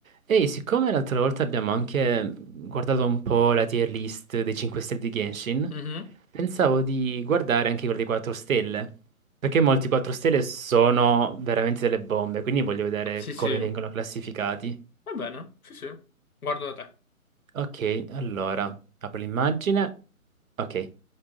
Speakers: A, on the right (about 70°); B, on the left (about 80°).
A: Ehi, siccome l'altra volta abbiamo anche guardato un po' la tier list dei 5 stelle di Genshin,
B: Mhm.
A: pensavo di guardare anche quella dei 4 stelle, perché molti 4 stelle sono veramente delle bombe, quindi voglio vedere
B: Sì, sì,
A: come
B: va
A: vengono classificati.
B: bene, sì, sì, guardo da te.
A: Ok, allora, apro l'immagine. Ok,